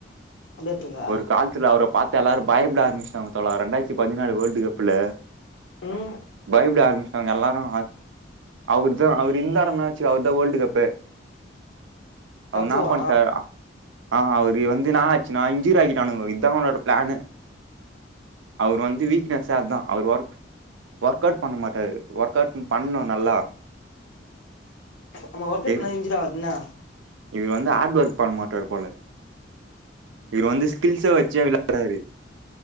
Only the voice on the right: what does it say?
ஒரு கால்த்துல அவர பாத்து எல்லாரு பயப்ட ஆரம்பிச்டாங்க தோழா ரண்டாயிரத்தி பதினாலு வேர்ல்டு கப்ல
பயப்ட ஆரமிச்டாங்க எல்லாருஅத் அவு து அவுர் இந்தாருனா வச்சுக அவுர் தா வேர்ல்டு கப்பே அவுரு
ன்னா பண்ணிட்டார் ஆ அவுரு வந்து நா ஆச்சுன்னா ஹுரோ ஆக்கிட்டானுங்கோ இத்தான் அவனோட பிளான்னு அவுர் வந்து வீக்னஸா அதான் அவுர் ஒர்க் ஒர்க் அவுட் பண்ண மாட்டாரு ஒர்க் அவுட் பண்ணு நல்லா
பேரு
இவர்ரு வந்து ஹாட் ஒர்க பண்ணமாட் டாருபோல இவரு வந்து ஸ்கில்ஸ வச்சே விளையாடூறாரு